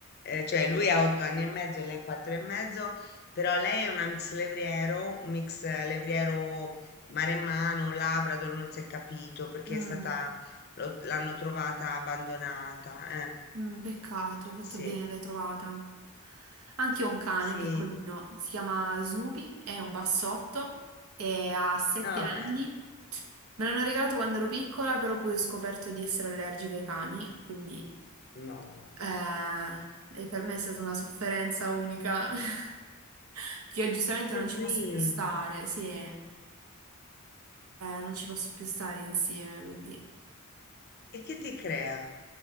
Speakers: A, on the left; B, on the right.
A: eh, cioè lui ha otto anni e mezzo e lei quattro e mezzo, però lei è una mix levriero, un mix levriero maremmano, Labrador, non si è capito perché
B: Mm,
A: è stata, lo- l'hanno trovata abbandonata. eh.
B: mm, peccato, hai fatto
A: Sì,
B: bene, l'hai trovata. Anche io ho un cane
A: sì,
B: piccolino, si chiama Snoopy, è un bassotto e ha sette
A: no,
B: anni.
A: bello.
B: Me l'hanno regalato quando ero piccola, però poi ho scoperto di essere allergica ai cani, quindi
A: No,
B: eh, e per me è stata una sofferenza unica. <laughs> Che io giustamente
A: terribile.
B: non ci posso più stare, sì, eh, non ci posso più stare insieme, quindi...
A: E che ti crea?